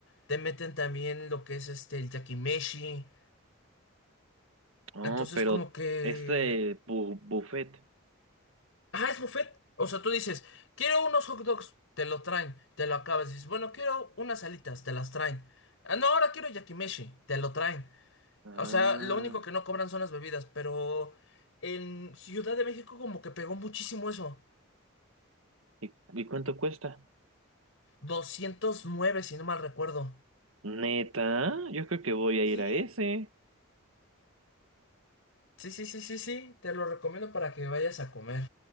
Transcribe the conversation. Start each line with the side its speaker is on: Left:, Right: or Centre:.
Left: te meten también lo que es este, el yakimeshi.
Right: Oh,
Left: Entonces,
Right: pero
Left: como que,
Right: este bu- buffet.
Left: ah, es buffet. O sea, tú dices, quiero unos hot dogs, te lo traen, te lo acabas. Dices, bueno, quiero unas alitas, te las traen. Ah, no, ahora quiero yakimeshi, te lo traen.
Right: Ah,
Left: O sea, lo único que no cobran son las bebidas, pero en Ciudad de México como que pegó muchísimo eso.
Right: ¿y, y cuánto cuesta?
Left: doscientos nueve si no mal recuerdo.
Right: Neta, yo creo que voy a
Left: Sí,
Right: ir a ese.
Left: Sí, sí, sí, sí, sí. Te lo recomiendo para que vayas a comer.